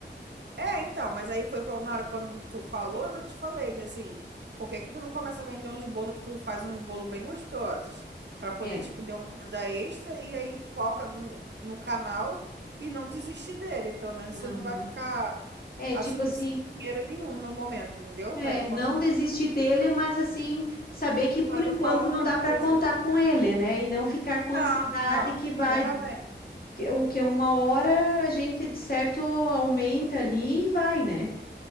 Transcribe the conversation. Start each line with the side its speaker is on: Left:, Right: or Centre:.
Right: É, então, mas aí foi quando- na hora quando tu falou, eu te falei que assim, por que que tu não começa a vender uns bolos que tu faz uns bolos bem gostosos, pra poder,
Left: É.
Right: tipo, ter uma renda extra e aí foca no, no canal e não desistir dele. Pelo menos
Left: Aham.
Right: você não vai ficar,
Left: É,
Right: assim,
Left: tipo assim,
Right: sem dinheiro nenhum no momento, entendeu?
Left: É,
Right: Vai conseguir
Left: não desistir dele, mas assim, saber que por
Right: fazer
Left: enquanto
Right: uma outra
Left: não dá
Right: coisa.
Left: para contar com ele, né? E não ficar com ansiedade
Right: Não, não,
Left: que vai,
Right: exatamente.
Left: que, o- que uma hora a gente de certo aumenta ali e vai, né?